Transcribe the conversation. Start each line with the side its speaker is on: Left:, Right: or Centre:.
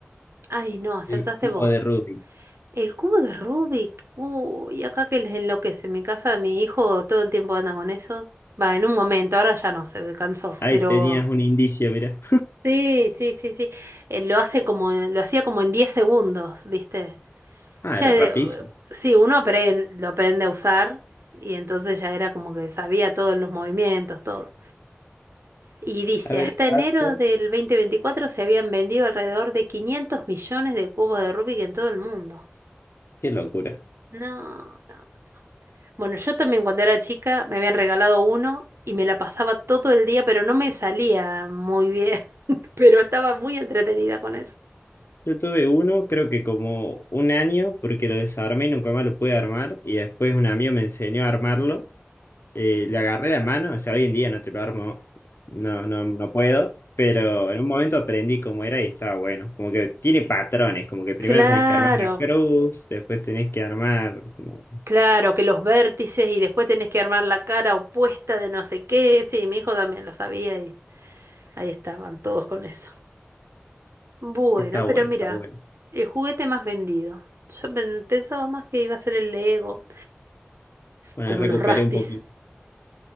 Right: Ay, no, acertaste
Left: El cubo
Right: vos.
Left: de Rubik.
Right: El cubo de Rubik. Uy, acá que les enloquece. En mi casa, mi hijo todo el tiempo anda con eso. Va, en un momento, ahora ya no, se cansó,
Left: Ahí
Right: pero...
Left: tenías un indicio, mira.
Right: Sí, sí, sí, sí. Eh, lo hace como, lo hacía como en 10 segundos, ¿viste?
Left: Ah,
Right: Ya,
Left: era
Right: es
Left: rapidísimo.
Right: de- sí, uno apren- lo aprende a usar y entonces ya era como que sabía todos los movimientos, todo. Y dice,
Left: A ver,
Right: hasta
Left: el dato.
Right: enero del 2024 se habían vendido alrededor de 500 millones de cubos de Rubik en todo el mundo.
Left: Qué locura.
Right: No, no. Bueno, yo también cuando era chica me habían regalado uno y me la pasaba todo el día, pero no me salía muy bien, <laughs> pero estaba muy entretenida con eso.
Left: Yo tuve uno, creo que como un año, porque lo desarmé y nunca más lo pude armar. Y después un amigo me enseñó a armarlo. eh, le agarré la mano, o sea, hoy en día no te lo armo, no, no, no puedo, pero en un momento aprendí cómo era y estaba bueno. Como que tiene patrones, como que primero
Right: Claro,
Left: tenés que armar la cruz, después tenés que armar, como,
Right: Claro, que los vértices y después tenés que armar la cara opuesta de no sé qué. Sí, mi hijo también lo sabía y ahí estaban todos con eso. Bueno,
Left: está bueno,
Right: pero mira,
Left: está bueno.
Right: el juguete más vendido. Yo pen- pensaba más que iba a ser el Lego,
Left: Bueno,
Right: como
Left: ahí recuperé
Right: los Rastis.
Left: un poquito.